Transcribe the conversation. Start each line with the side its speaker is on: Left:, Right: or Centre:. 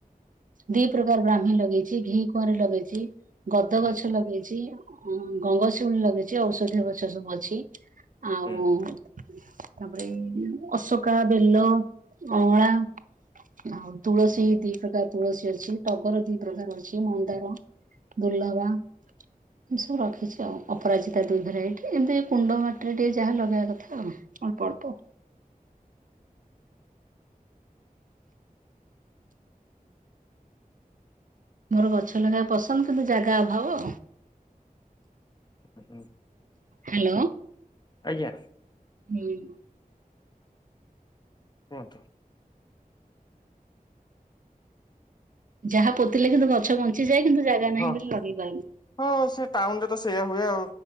Right: ଦି ପ୍ରକାର ବ୍ରାହ୍ମୀ ଲଗେଇଛି, ଘି କୂଆଁରି ଲଗେଇଛି। ଦ
Left: ହୁଁ
Right: ଗଛ
Left: ହୁଁ
Right: ଲଗେଇଛି, ଅ ଗଙ୍ଗଶିଉଳି ଲଗେଇଛି, ଔଷଧୀୟ ଗଛ ସବୁ ଅଛି। ଆଉ
Left: ହୁଁ
Right: ତାପରେ ଅସକା, ବେଲ, ଅଁଳା ଆଉ ତୁଳସୀ ଦି ପ୍ରକାର ତୁଳସୀ ଅଛି, ଟଗର ଦି ପ୍ରକାର ଅଛି, ମନ୍ଦାର ଦୁର୍ଲଭା ଏ ସବୁ ରଖିଛି ଆଉ, ଅପରାଜିତା ଦୁଇ ଭେରାଇଟି ଏବେ କୁଣ୍ଡ ମାଟିରେ ଟିକେ ଯାହା ଲଗାଇବା କଥା ଆଉ। ଅଳ୍ପ, ଅଳ୍ପ। ମୋର ଗଛ ଲଗେଇବା ପସନ୍ଦ କିନ୍ତୁ ଜାଗା ଅଭାବ।
Left: ହୁଁ ହୁଁ।
Right: ହ୍ୟାଲୋ।
Left: ଆଜ୍ଞା।
Right: ହୁଁ।
Left: କୁହନ୍ତୁ।
Right: ଯାହା ପୋତିଲେ କିନ୍ତୁ ଗଛ ବଞ୍ଚିଯାଏ କିନ୍ତୁ ଜାଗା
Left: ହଁ
Right: ନାହିଁ ବୋଲି ଲଗେଇ ପାଇଲି
Left: ହଁ ସେ ଟାଉନ ରେ ତ ସେଇୟା ହୁଏ ଆଉ।